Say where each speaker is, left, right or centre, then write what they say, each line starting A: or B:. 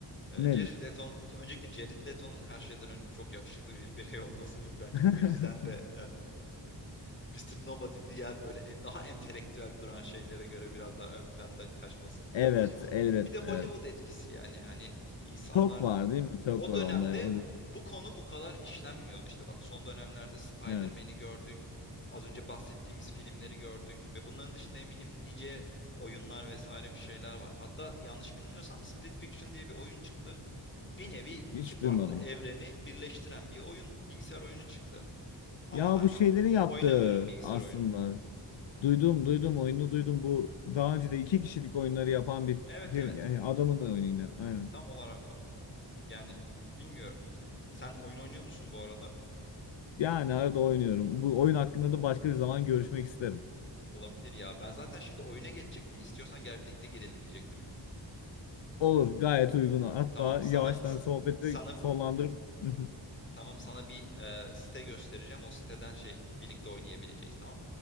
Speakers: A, on the left; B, on the left.
A: Eee,
B: Nedir?
A: Jared Leto, öncelikle Jared Leto'nun her şeyden önce çok yakışıklı bir birey olması bence
B: <laughs>
A: bu yüzden de Mr. Nobody diğer böyle en, daha entelektüel duran şeylere göre biraz daha ön planda kaçması.
B: Evet,
A: Bir de Hollywood,
B: elbet,
A: bir de Hollywood
B: evet.
A: etkisi yani hani insanlar
B: Çok var değil mi? Çok
A: o
B: var
A: dönemde
B: onda. o-
A: bu konu bu kadar işlenmiyordu işte bak son dönemlerde Spider-Man'i
B: Evet.
A: gördük. Az önce bahsettiğimiz filmleri gördük ve bunların dışında eminim nice oyunlar vesaire bir şeyler var. Hatta yanlış bilmiyorsam Split Fiction diye bir oyun çıktı. Bir nevi iki
B: Hiç
A: farklı
B: duymadım.
A: evreni birleştiren bir oyun, bilgisayar oyunu çıktı. Ama
B: Ya
A: ben
B: bu
A: çok
B: şeylerin yaptığı
A: oynamıyorum bilgisayar
B: aslında.
A: oyunu.
B: Duydum, duydum oyunu duydum. Bu daha önce de iki kişilik oyunları yapan bir
A: Evet
B: fir
A: evet.
B: yani adamın oyunu yine. Aynen.
A: Tam olarak o. Yani bilmiyorum. Sen oyun oynuyor musun bu arada?
B: Yani arada oynuyorum. Bu oyun hakkında da başka bir zaman görüşmek isterim.
A: Olabilir ya. Ben zaten şimdi oyuna geçecektim. İstiyorsan gel birlikte girelim diyecektim.
B: Olur, gayet uygun. Hatta
A: Tamam sana
B: yavaştan
A: sa-
B: sohbeti
A: sana
B: sonlandırıp <laughs>
A: tamam sana bir e, site göstereceğim. O siteden şey birlikte oynayabileceğiz tamam?